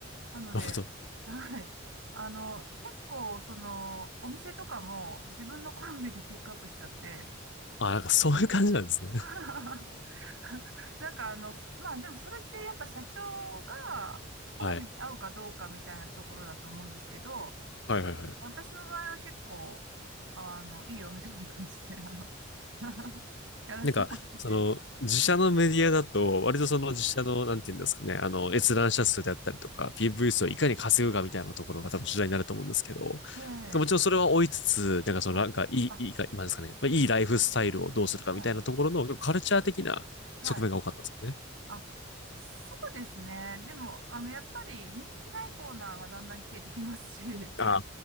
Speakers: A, on the right; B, on the left.
A: なので、
B: なるほど。
A: <laughs> はい。あの、結構、その、お店とかも自分の好みでピックアップしちゃって、
B: ああ、なんかそういう感じなんですね。
A: <laughs>
B: <laughs>
A: なんかあの、すまあでもそれってやっぱ社長が好みに合うかどうかみたいなところだと思うんですけど、
B: はい。はいはいはい。
A: 私の場合は結構、あの、いいよみたいな感じで、あの、<laughs> やらせてもらってて。
B: なんか、その、自社のメディアだと、
A: はい
B: 割とその自社の、
A: はい
B: なんていうんですかね、あの、
A: はい
B: 閲覧者数であったりとか、PV 数をいかに稼ぐかみたいなところが多分主題になると思うんですけど、
A: ええ
B: もちろんそれは追いつつ、なんかその、
A: はい。
B: なんか、いい、
A: あ、
B: いいか、なんですかね、まあいいライフスタイルをどうするかみたいなところの、
A: はい。
B: 結構カルチャー的な側面が多かったんですよね。
A: はい。あ、そうですね。でも、あの、やっぱり人気ないコーナーはだんだん消えてきますし、
B: あ